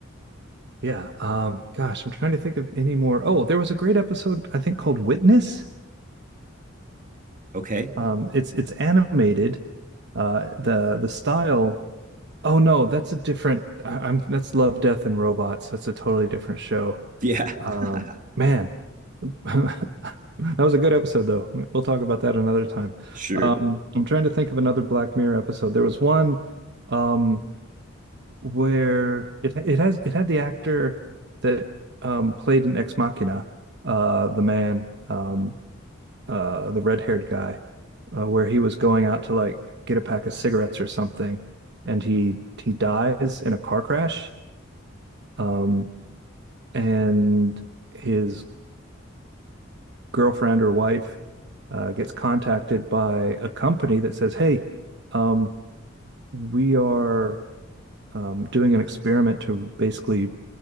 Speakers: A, on the right; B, on the right.
A: Yeah. Um, gosh, I'm trying to think of any more. Oh, there was a great episode, I think, called Witness.
B: Okay.
A: Um, it's it's animated. Uh, the the style Oh no, that's a different. I, I'm that's Love, Death, and Robots. That's a totally different show.
B: Yeah.
A: Um,
B: <laughs>
A: man, <laughs> that was a good episode though. We'll talk about that another time.
B: Sure.
A: Um, I'm trying to think of another Black Mirror episode. There was one um, where it it has it had the actor that um, played in Ex Machina, uh, the man. Um, uh, the red-haired guy, uh, where he was going out to like get a pack of cigarettes or something, and he he dies in a car crash, um, and his girlfriend or wife uh, gets contacted by a company that says, "Hey, um, we are um, doing an experiment to basically